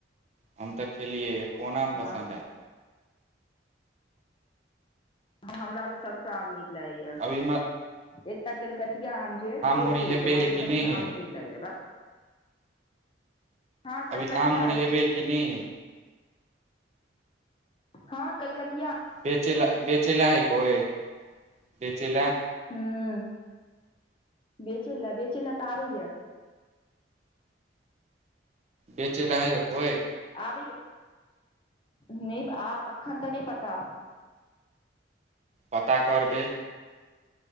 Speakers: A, on the right; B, on the left.
A: हम तऽ खेलियै कोन आम
B: हँ
A: पसन्द हय
B: हमरा त सबटा आम नीक लागे या
A: अभी
B: एकटा कलकतिया आम जे ओह
A: मूड़ी
B: छोड़
A: हेबे
B: के हमरा
A: हइ
B: कलकतिया
A: कि हे
B: आम नहि नीक लागिय बा हँ कलकतिया
A: अभी आम ओरी
B: अछि
A: हेबै कि नहि
B: हँ कलकतििया
A: बेचेलय बेचेलय ह कोय बेचेलय
B: ह बेचै लए बेचै लए तऽ आबैय
A: बेचै ल आबे हय कोइ
B: आबै नहि अखन तऽ नहि पता
A: पता करबै